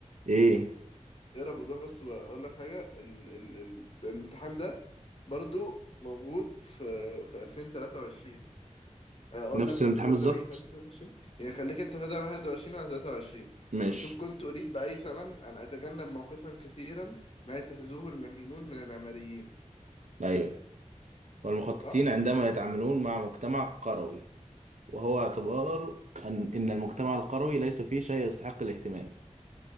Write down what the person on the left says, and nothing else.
اقرا بوضوح بس وأقول لك حاجة ال ال ال الامتحان ده برضو موجود في في 2023 اقول
لك مكتوب
قدامي
ايه في 2023 يعني خليك انت في 21 على 23
مكتوب كنت اريد باي ثمن ان اتجنب موقفا كثيرا ما يتخذوه المهينون من المعماريين
صح
مم.